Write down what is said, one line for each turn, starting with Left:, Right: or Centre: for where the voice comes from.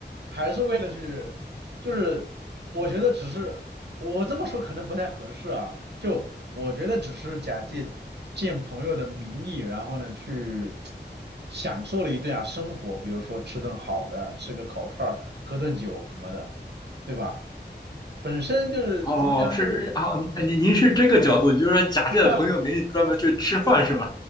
Right: 还是为了去，就是我觉得只是我这么说可能不太合适啊，就我觉得只是假借见朋友的名义，然后呢去享受了一顿啊生活，比如说吃顿好的，吃个烤串儿，喝顿酒什么的，对吧？本身就是怎么讲，
Left: 哦，是啊，
Right: 就是
Left: 您您您是这个角度，就是说假借朋友名义专门去吃饭是吧？
Right: <laughs>